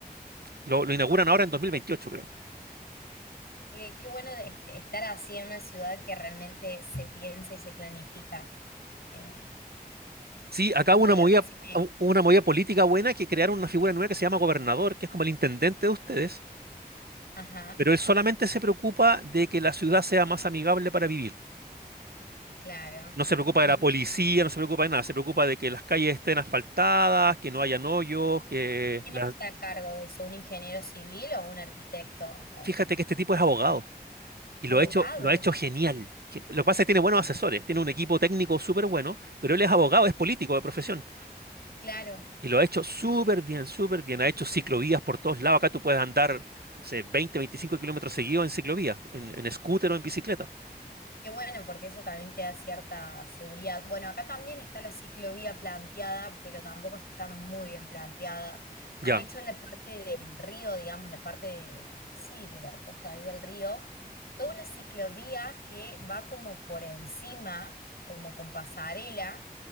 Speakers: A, on the right; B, on the left.
A: Lo, lo inauguran ahora en 2028, creo.
B: Qué, qué bueno de est- estar así en una ciudad que realmente se piensa y se planifica. Eh,
A: Sí, acá
B: voy
A: hubo una
B: a
A: movida,
B: ver si me...
A: hu- una movida política buena que crearon una figura nueva que se llama gobernador, que es como el intendente de ustedes,
B: Ajá,
A: pero él solamente se preocupa de que la ciudad sea más amigable para vivir.
B: claro.
A: No se preocupa
B: ¿Y
A: de la policía,
B: quién,
A: no se preocupa de nada, se preocupa de que las calles estén asfaltadas, que no hayan hoyos, que
B: quién
A: la-
B: está a cargo de eso? ¿Un ingeniero civil o un arquitecto o
A: Fíjate que este tipo es abogado y
B: abogado?
A: lo ha hecho, lo ha hecho genial. Gen- Lo que pasa es que tiene buenos asesores, tiene un equipo técnico súper bueno, pero él es abogado, es político de profesión
B: Claro.
A: y lo ha hecho súper bien, súper bien. Ha hecho ciclovías por todos lados. Acá tú puedes andar, no sé, 20, 25 kilómetros seguidos en ciclovía, en, en scooter o en bicicleta.
B: Qué bueno, porque eso también te da cierta seguridad. Bueno, acá también está la ciclovía planteada, pero tampoco está muy bien planteada.
A: Ya,
B: Han hecho en la parte del río, digamos, la parte, de- sí, de la costa ahí del río, toda una ciclovía que va como por encima, como con pasarela,